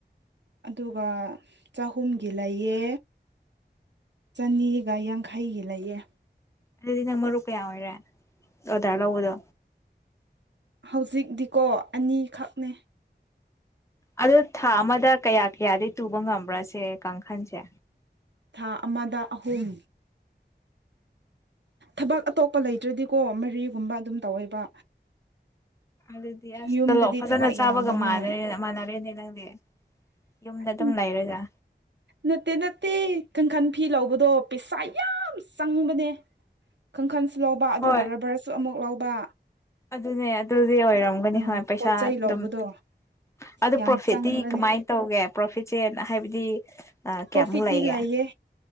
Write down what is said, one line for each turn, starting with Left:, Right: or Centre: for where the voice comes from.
Right: ꯑꯗꯨꯒ ꯆꯍꯨꯝꯒꯤ ꯂꯩꯌꯦ ꯆꯅꯤꯒ ꯌꯥꯡꯈꯩꯒꯤ ꯂꯩꯌꯦ꯫
Left: ꯑꯗꯨꯗꯤ ꯅꯪ ꯃꯔꯨꯞ ꯀꯌꯥ ꯑꯣꯏꯔꯦ ꯑꯣꯗꯔ ꯂꯧꯕꯗꯣ?
Right: ꯍꯧꯖꯤꯛꯗꯤꯀꯣ ꯑꯅꯤꯈꯛꯅꯦ꯫
Left: ꯑꯗꯨ ꯊꯥ ꯑꯃꯗ ꯀꯌꯥ ꯀꯌꯥꯗꯤ ꯇꯨꯕ ꯉꯝꯕ꯭ꯔꯁꯦ ꯀꯥꯡꯈꯟꯁꯦ?
Right: ꯊꯥ ꯑꯃꯗ ꯑꯍꯨꯝ ꯊꯕꯛ ꯑꯇꯣꯞꯄ ꯂꯩꯇ꯭ꯔꯗꯤꯀꯣ ꯃꯔꯤꯒꯨꯝꯕ ꯑꯗꯨꯝ ꯇꯧꯋꯦꯕ
Left: ꯑꯗꯨꯗꯤ ꯑꯁ
Right: ꯌꯨꯝꯗꯗꯤ
Left: ꯇꯣꯂꯣꯞ ꯐꯖꯅ
Right: ꯊꯕꯛ
Left: ꯆꯥꯕꯒ
Right: ꯌꯥꯝꯕꯅꯤꯅ
Left: ꯃꯥꯟꯅꯔꯦ ꯃꯥꯟꯅꯔꯦꯅꯦ ꯅꯪꯗꯤ ꯌꯨꯝꯗ ꯑꯗꯨꯝ
Right: ꯎꯝ
Left: ꯂꯩꯔꯒ
Right: ꯅꯠꯇꯦ ꯅꯠꯇꯦ ꯀꯥꯡꯈꯟ ꯐꯤ ꯂꯧꯕꯗꯣ ꯄꯩꯁꯥ ꯌꯥꯝ ꯆꯪꯕꯅꯦ ꯀꯥꯡꯈꯟꯁꯨ ꯂꯧꯕ ꯑꯗꯨꯒ
Left: ꯍꯣꯏ
Right: ꯔꯕꯔꯁꯨ ꯑꯃꯨꯛ ꯂꯧꯕ
Left: ꯑꯗꯨꯅꯦ ꯑꯗꯨꯗꯤ ꯑꯣꯏꯔꯝꯒꯅꯤ
Right: ꯎꯝ
Left: ꯍꯣꯏ ꯄꯩꯁꯥ
Right: ꯄꯣꯠ ꯆꯩ
Left: ꯑꯗꯨꯝ
Right: ꯂꯧꯕꯗꯣ
Left: ꯄꯤ ꯑꯗꯨ
Right: ꯌꯥꯝ
Left: ꯄ꯭ꯔꯣꯐꯤꯠꯇꯤ
Right: ꯆꯪꯕꯅꯦ
Left: ꯀꯃꯥꯏꯅ ꯇꯧꯒꯦ ꯄ꯭ꯔꯣꯐꯤꯠꯁꯦ ꯍꯥꯏꯕꯗꯤ
Right: ꯄ꯭ꯔꯣꯐꯤꯠꯇꯤ
Left: ꯀꯌꯥꯃꯨꯛ ꯂꯩꯒꯦ
Right: ꯂꯩꯌꯦ